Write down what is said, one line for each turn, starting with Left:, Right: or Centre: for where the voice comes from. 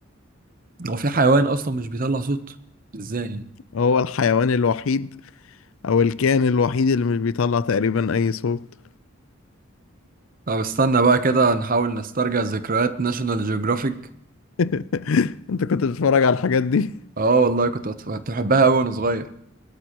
Right: هو في حيوان أصلا مش بيطلع صوت ازاي يعني
Left: هو الحيوان الوحيد أو الكائن الوحيد اللي مش بيطلع تقريبا أي صوت
Right: طب استنى بقى كده نحاول نسترجع ذكريات ناشونال جيوغرافيك
Left: <laughs> أنت كنت بتتفرج على الحاجات دي <laughs>
Right: اه والله كنت بت- كنت بحبها أوي وأنا صغير